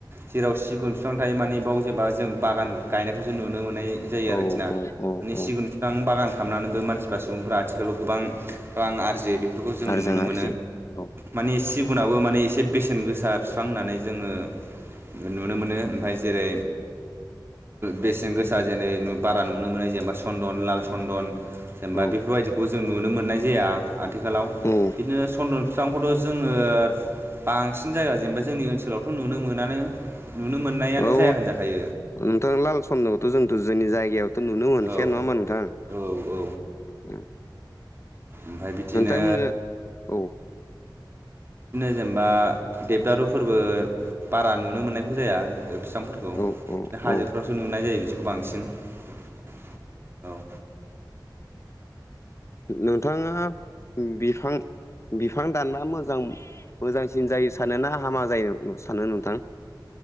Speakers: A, on the right (about 30°); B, on the left (about 35°).
A: जेराव सिगुन बिफां थायो माने बाव जेनबा जों बागान गायनायखौ जों नुनो मोननाय जायो
B: औ
A: आरोखि ना
B: औ औ
A: माने
B: औ
A: सिगुन बिफां बागान खालामनानैबो मानसिफ्रा सुबुंफ्रा आथिखालाव गोबां रां आरजियो बेफोरखौ जों
B: आरो
A: नुनो
B: आरजि
A: मोनो।
B: औ
A: माने सिगुनाबो माने एसे बेसेन गोसा बिफां होननानै जोङो नुनो मोनो ओमफाय जेरै बेसेन गोसा जेनै बारा नुनो मोनै जेनेबा चन्दन लाल सन्दन जेनेबा
B: औ
A: बेफोरबायदिखौ जों नुनो मोननाय जाया आथिखालाव।
B: उम।
A: बिदिनो सन्दन बिफांखौथ' जोङो बांसिन जायगा जेनेबा जोंनि ओनसोलावथ' नुनो मोनानो नुनो मोननायानो
B: औ
A: जाया होनजाखायो।
B: नोंथां लाल सन्दखौथ' जोंथ' जोंनि जायगायाव नुनो मोनखाया
A: औ औ
B: नङा होमबा नोंथां?
A: औ
B: उम
A: ओमफ्राय बिदिनो
B: नोंथांमोनजा औ
A: बिदिनो जेनबा देबदारुफोरबो बारा नुनो मोननायखौ जाया। बिफांफोरखौ
B: औ
A: बिदिनो
B: औ
A: हाजोफ्रावसो
B: औ
A: नुनाय जायो बिदिखौ बांसिन औ।
B: नोंथाङा बिफां बिफां दानबा मोजां मोजांसिन जायो सानो ना हामा जायो सानो नोंथां?